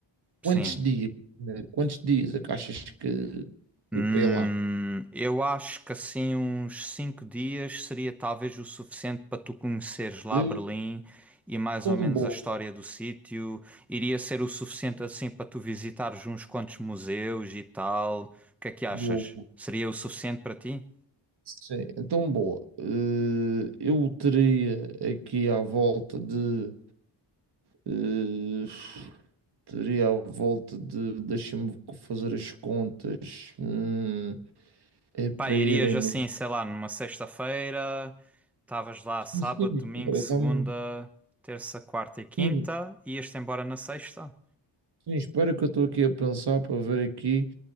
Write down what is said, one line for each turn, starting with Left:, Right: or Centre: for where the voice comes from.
Right: quantos
Centre: Sim.
Right: dias? primeiro? Quantos dias é que achas que.
Centre: Hum,
Right: que Para ir lá.
Centre: eu acho que assim uns cinco dias seria talvez o suficiente para tu conheceres lá
Right: É
Centre: Berlim e mais
Right: tão
Centre: ou menos
Right: bom,
Centre: a história do sítio. Iria ser o suficiente assim para tu visitares uns quantos museus e tal. O que é que achas?
Right: boa,
Centre: Seria o suficiente para ti?
Right: Sim, é tão boa. Eh, eu teria aqui à volta de. eh, teria à volta de. Deixa-me fazer as contas. Hum, é para
Centre: Pá, irias
Right: irem no.
Centre: assim, sei lá, numa sexta-feira, estavas lá
Right: Sim,
Centre: sábado,
Right: sim,
Centre: domingo,
Right: espera,
Centre: segunda,
Right: dá-me-
Centre: terça, quarta e quinta,
Right: Sim,
Centre: ias-te embora na sexta?
Right: sim, espera que eu estou aqui a pensar para ver aqui.